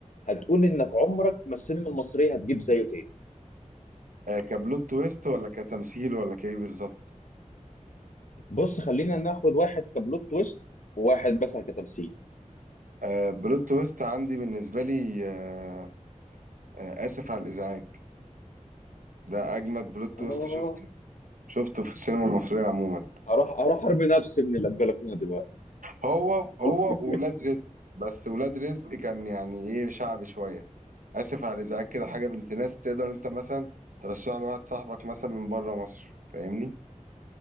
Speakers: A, on the left; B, on the right.
A: هتقول انك عمرك ما السينما المصريه هتجيب زيه تاني
B: آه، كبلوت تويست ولا كتمثيل ولا كايه بالظبط
A: بص خلينا ناخد واحد كبلوت تويست وواحد مثلا كتمثيل
B: آه بلوت تويست عندي بالنسبة لي آه آه آسف على الإزعاج ده أجمد بلوت
A: اه
B: تويست شفته شفته في السينما المصرية عموما
A: اروح اروح ارمي نفسي من البلكونه دلوقتي
B: هو هو
A: <laughs>
B: ولاد رزق بس ولاد رزق كان يعني إيه شعبي شوية آسف على الإزعاج كده حاجة بنت ناس تقدر أنت مثلا ترشحها لواحد صاحبك مثلا من بره مصر فاهمني